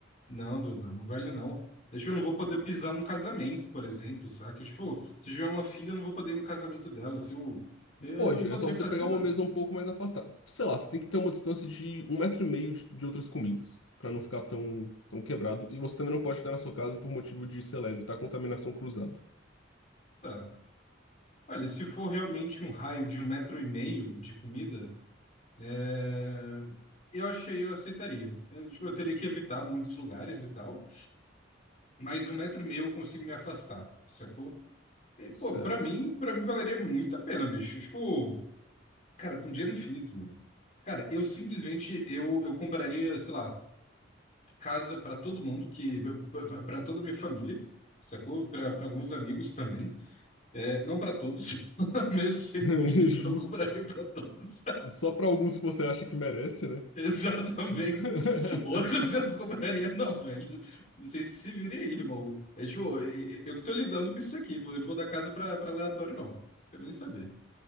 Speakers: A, on the left; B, on the left.
A: Não, Dudão, não vale não. Eu, Tipo, eu não vou poder pisar num casamento, por exemplo, saca? Tipo, se eu tiver uma filha, eu não vou poder ir no casamento dela. Se eu, eu
B: Pode,
A: não eu não poderia
B: é só você
A: fazer
B: pegar
A: nada.
B: uma mesa um pouco mais afastada. Sei lá, você tem que ter uma distância de um metro e meio de, de outras comidas, Pra não ficar tão, tão quebrado. E você também não pode estar na sua casa por motivo de, sei lá, evitar contaminação cruzada.
A: Tá. Olha, se for realmente um raio de um metro e meio de comida, é, eu achei eu aceitaria. Eu, tipo, eu teria que evitar muitos lugares e tal. mas um metro e meio eu consigo me afastar, sacou? E, pô,
B: Certo.
A: pra mim, pra mim valeria muito a pena, bicho. Tipo, cara, com dinheiro infinito, mano. Cara, eu simplesmente, eu, eu compraria, sei lá, casa pra todo mundo, que pra pra toda a minha família, sacou? Pra pra alguns amigos também. É, não pra todos, <laughs> mesmo sendo
B: <laughs>
A: infinito,
B: Justo.
A: eu não compraria pra todos.
B: Só para alguns que você acha que merece, né?
A: <laughs> Exatamente.
B: <laughs>
A: Outro você não compraria, não, velho. não sei se se virem aí, irmão. É tipo, e- e- eu que tô lidando com isso aqui. vou- Eu não vou dar casa pra, pra aleatório, não. Quero nem saber.